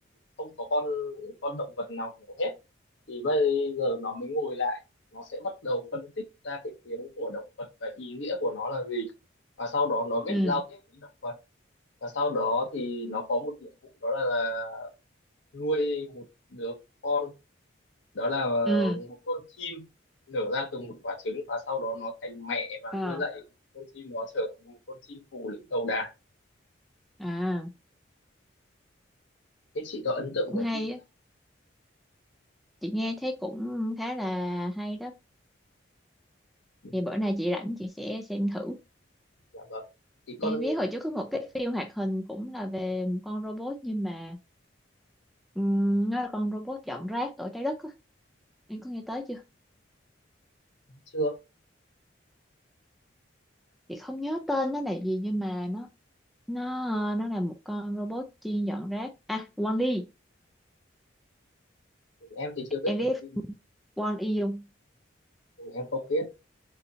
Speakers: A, on the left; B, in the centre.
A: không có con con động vật nào hiểu hết thì bây giờ nó mới ngồi lại nó sẽ bắt đầu phân tích ra cái tiếng của động vật và ý nghĩa của nó là gì và sau đó nó viết
B: ừ
A: giao tiếp với động vật và sau đó thì nó có một nhiệm vụ đó là, là nuôi một đứa con đó là
B: ừ
A: một con chim nở ra từ một quả trứng và sau đó nó thành mẹ và
B: ờ
A: nuôi dạy con chim nó trở thành một con chim phù lĩnh đầu đàn
B: à
A: thế chị có ấn tượng
B: cũng
A: của
B: hay
A: phim
B: á
A: nào
B: chị nghe thấy cũng khá là hay đó
A: Ừ,
B: thì bữa nay chị rảnh chị sẽ xem thử
A: dạ vâng thì con
B: em biết hồi trước có một cái phim hoạt hình cũng là về một con robot nhưng mà Ừm, nó là con robot dọn rác ở trái đất á em có nghe tới chưa
A: chưa
B: chị không nhớ tên nó là gì nhưng mà nó nó nó là một con robot chuyên dọn rác à Wall-E
A: em thì chưa biết
B: em
A: được
B: biết
A: phim
B: Wall-E không
A: Ừ, em không biết